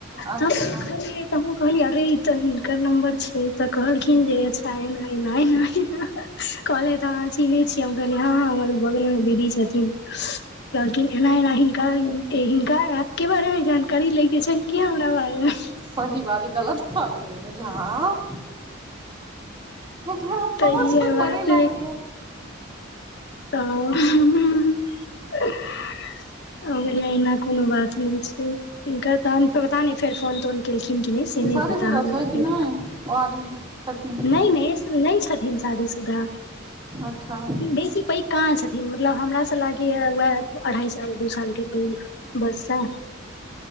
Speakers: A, on the right; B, on the left.
A: अच्छा
B: त हम देखलियै
A: हँ
B: त हम्हु कहलिए अरे ई तै ओकर नम्बर छै तऽ कहलखिन्ह जे अच्छा एना-एना-एना-एना कहलैथ अहाँ चिन्हय छियै हम कहलीए हां हमर बगले मे दीदी छथिन। कहलखिन एना-एना हिनका ए हिनका ऐप के बारे मे जानकारी ले के छै की हमरा बारे मे?
A: सही बात ई गलत बात भेलय नै जे हां मतलब आब
B: तऽ
A: समझ
B: इहे
A: से
B: बात
A: पड़े लागय यै।
B: हां हम कहलिए एहना कुनु बात नै छै, हिनकर तहन पता नै फेर फोन-तोन केलखिन की नै से
A: शादीशुदा
B: नै पता हमरा
A: छै
B: फेर
A: कि नहि ओ आदमी छथिन
B: नै-नै-नै छथिन शादी-सुधा।
A: अच्छा।
B: बेसी पैग कहाँ छथिन मतलब हमरा से लागेया वाएह अढ़ाई साल दू साल के पैग बरसा।